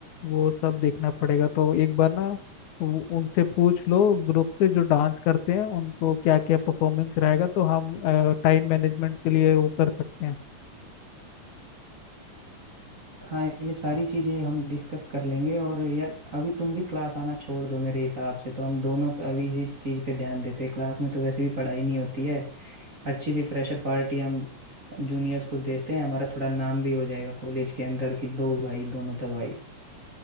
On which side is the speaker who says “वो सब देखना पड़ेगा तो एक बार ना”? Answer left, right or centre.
Left